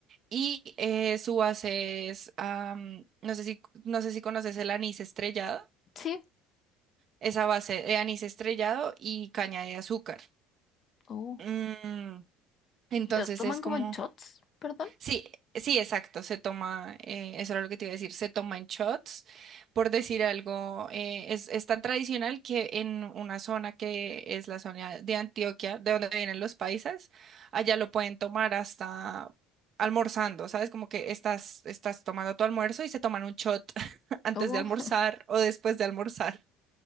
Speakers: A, on the right (about 45°); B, on the left (about 40°).
A: Y eh, su base es, am, no sé si, no sé si conoces el anís estrellado,
B: Sí,
A: esa base de anís estrellado y caña de azúcar.
B: oh,
A: Mm, entonces
B: ¿y lo toman
A: es como
B: como en shots, perdón?
A: Sí, sí, exacto, se toma, eh, eso era lo que te iba a decir, se toma en shots, por decir algo, eh, es, es tan tradicional que en una zona que es la zona de Antioquia, de donde vienen los paisas, allá lo pueden tomar hasta almorzando, ¿sabes? Como que estás, estás tomando tu almuerzo y se toman un shot <laughs> antes
B: Oh,
A: de almorzar
B: <laughs>
A: o después de almorzar,